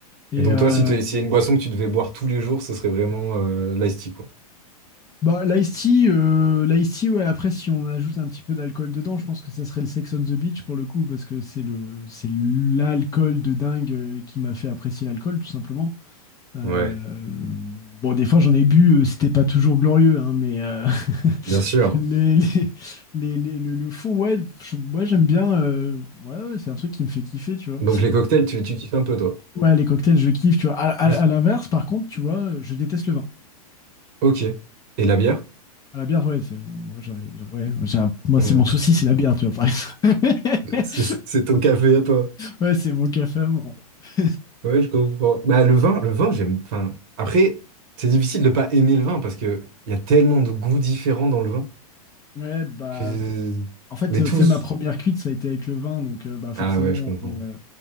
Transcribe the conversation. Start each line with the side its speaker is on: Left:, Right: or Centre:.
Left: Et
Right: Et donc
Left: euh,
Right: toi, si t'es- s'il y a une boisson que tu devais boire tous les jours, ce serait vraiment euh, l'iced tea, quoi.
Left: bah, l'ice-tea, euh, l'ice-tea, ouais, après, si on ajoute un petit peu d'alcool dedans, je pense que ça serait le Sex on the Beach pour le coup, parce que c'est le, c'est l'alcool de dingue euh, qui m'a fait apprécier l'alcool, tout simplement. Euh,
Right: Ouais,
Left: bon, des fois, j'en ai bu, euh, c'était pas toujours glorieux, hein, mais euh,
Right: bien
Left: <laughs>
Right: sûr.
Left: les- les- les- les- le, le fond, ouais, je- ouais, j'aime bien. euh, ouais, ouais, c'est un truc qui me fait kiffer, tu vois.
Right: Donc les cocktails, tu, tu kiffes un peu, toi.
Left: Ouais, les cocktails, je kiffe, tu vois. À, à-
Right: Plus.
Left: à l'inverse, par contre, tu vois, je déteste le vin.
Right: Ok. Et la bière?
Left: Ah, la bière, ouais, c'est mon- j'en ai- j'en- ouais, j'ai un- moi,
Right: Ouais,
Left: c'est mon souci, c'est la bière, tu vois, par exemple.
Right: C'est
Left: <laughs>
Right: c'est ton café à toi.
Left: Ouais, c'est mon café à moi. <laughs>
Right: Ouais, je comprends. Bah, le vin, le vin, j'aime. Enfin, après, c'est difficile de pas aimer le vin parce que il y a tellement de goûts différents dans le vin
Left: Ouais, bah,
Right: que.
Left: en fait,
Right: Mais
Left: tu
Right: tous.
Left: sais, ma première cuite, ça a été avec le vin, donc euh, bah forcément,
Right: Ah ouais, je comprends.
Left: euh,